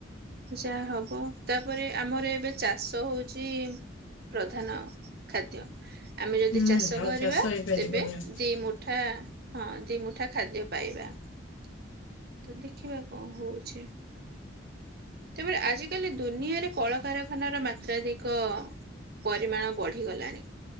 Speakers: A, on the right; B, on the left.
A: ଯାହା ହବ ତାପରେ ଆମର ଏବେ ଚାଷ ହଉଛି ପ୍ରଧାନ ଖାଦ୍ୟ। ଆମେ ଯଦି
B: ହୁଁ
A: ଚାଷ
B: ଆଉ
A: କରିବା
B: ହେଇପାରିବନି
A: ତେବେ ଦି ମୁଠା ହଁ ଦିମୁଠା ଖାଦ୍ୟ ପାଇବା ତ ଦେଖିବା କଣ ହଉଛି। ତେବେ ଆଜିକାଲି ଦୁନିଆରେ କଳକାରଖାନାର ମାତ୍ରାଧିକ ପରିମାଣ ବଢିଗଲାଣି